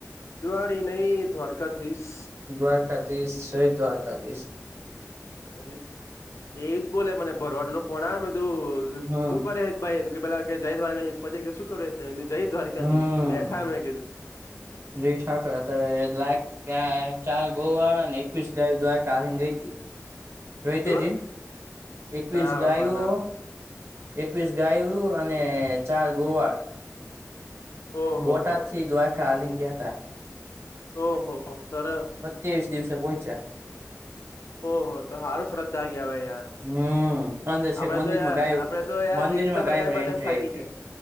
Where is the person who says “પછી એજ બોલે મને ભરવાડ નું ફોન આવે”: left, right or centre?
Left